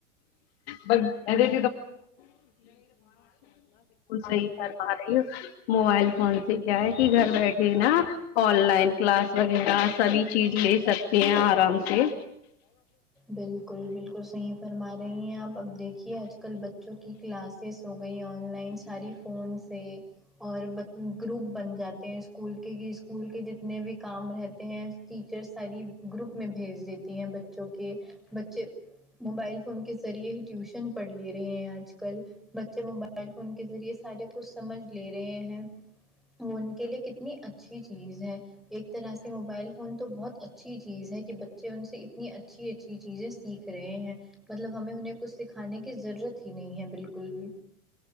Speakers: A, on the left; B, in the centre.
A: بالکل صحیح فرما رہی ہو <unintelligible> موبائل فون سے کیا ہے کہ گھر بیٹھے نا آن لائن کلاس وغیرہ سبھی چیز لے سکتے ہیں آرام سے
B: بالکل بالکل صحیح فرما رہی ہیں آپ اب دیکھیے آج کل بچوں کی کلاسیس ہو گئی آن لائن ساری فون سے اور بد گروپ بن جاتے ہیں اسکول کے اسکول کے جتنے بھی کام رہ تے ہیں ٹیچر ساری گروپ میں بھیج دیتی ہیں بچوں کو کہ بچے موبائل فون کے ذریعے ہی ٹیوشن پڑھ لے رہے ہیں آج کل بچے موبائل فون کے ذریعے سارے کچھ سمجھ لے رہے ہیں مون کے لیے کتنی اچھی چیز ہے ایک طرح سے موبائل فون تو بہت اچھی چیز ہے کہ بچے ان سے اتنی اچھی اچھی چیزیں سیکھ رہے ہیں مطلب ہمیں انہیں کچھ سکھانے کی ضرورت ہی نہیں ہے بالکل بھی